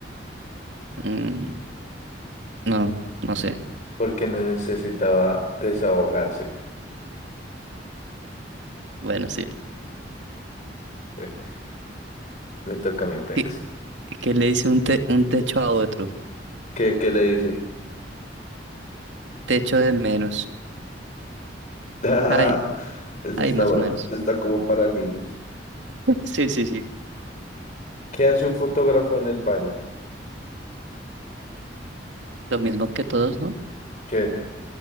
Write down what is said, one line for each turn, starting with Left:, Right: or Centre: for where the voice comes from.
Right: Mm, no, no sé.
Left: Porque necesitaba desahogarse.
Right: Bueno, sí.
Left: <laughs> Le toca a mi pex.
Right: ¿Qué, qué le dice un, te- un techo a otro?
Left: ¿Qué, qué le dice? <laughs>
Right: Techo de menos.
Left: Ah,
Right: Ay,
Left: ese
Right: ay,
Left: está
Right: más
Left: bueno.
Right: o menos.
Left: Está como para niños.
Right: <laughs> Sí, sí, sí.
Left: ¿Qué hace un fotógrafo en el baño?
Right: Lo mismo que todos, ¿no?
Left: ¿Qué?